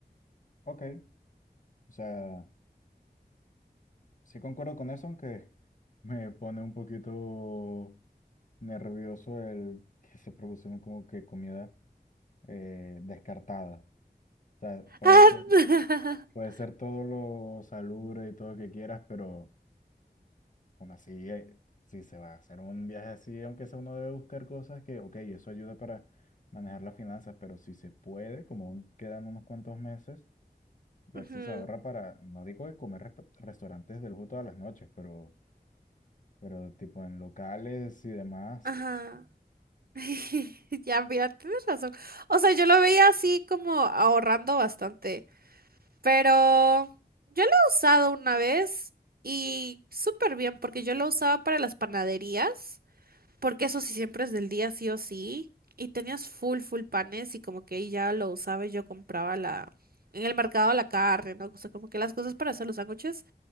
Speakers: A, on the left; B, on the right.
A: Ok, o sea, sí concuerdo con eso, aunque me pone un poquito nervioso el que se producen como que comida eh, descartada. O sea, puede
B: Ah,
A: ser, puede
B: <laughs>
A: ser todo lo salubre y todo lo que quieras, pero Aún así, eh, si se va a hacer un viaje así, aunque sea uno debe buscar cosas que, ok, eso ayuda para manejar las finanzas, pero si se puede, como aún quedan unos cuantos meses, ver
B: Ujú,
A: si se ahorra para, no digo que comer resp- restaurantes de lujo todas las noches, pero, pero tipo en locales y demás.
B: Ajá. <laughs> Ya, mira, tienes razón. O sea, yo lo veía así como ahorrando bastante, pero yo lo he usado una vez y súper bien porque yo lo usaba para las panaderías. porque eso sí siempre es del día sí o sí. Y tenías full, full panes y como que ahí ya lo usaba y yo compraba la, en el mercado la carne, ¿no? O sea, como que las cosas para hacer los sándwiches.